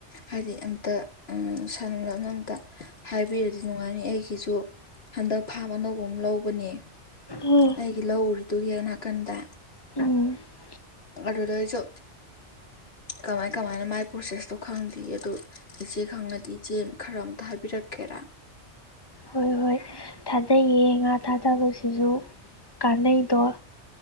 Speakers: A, on the left; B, on the left.
A: ꯍꯥꯏꯗꯤ ꯑꯝꯇ ꯁꯥꯟꯅꯕꯝ ꯂꯞꯅ ꯑꯝꯇ ꯍꯥꯏꯕꯤꯔꯗꯤ ꯅꯨꯡꯉꯥꯏꯅꯤ ꯑꯩꯒꯤꯁꯨ ꯍꯟꯗꯛ ꯐꯥꯝ ꯑꯅꯧꯕ ꯑꯃ ꯂꯧꯕꯅꯦ
B: ꯍ <unintelligible> <inaudible>
A: ꯑꯩꯒꯤ ꯂꯧ ꯎꯔꯤꯗꯨꯒꯤ ꯅꯥꯀꯟꯗ
B: ꯎꯝ <unintelligible> <inaudible>
A: ꯑꯗꯨꯗꯩ ꯑꯩꯁꯨ ꯀꯃꯥꯏ ꯀꯃꯥꯏꯅ ꯃꯥꯏ ꯄ꯭ꯔꯣꯁꯦꯁꯇꯣ ꯈꯪꯗꯦ ꯑꯗꯨ ꯏꯆꯦ ꯈꯪꯉꯗꯤ ꯏꯆꯦ ꯈꯔ ꯑꯝꯇ ꯍꯥꯏꯕꯤꯔꯛꯀꯦꯔꯥ
B: ꯍꯣꯏ ꯍꯣꯏ ꯊꯥꯗꯩꯌꯦ ꯉꯥ ꯊꯥꯗꯕꯁꯤꯁꯨ ꯀꯥꯟꯅꯩꯗꯣ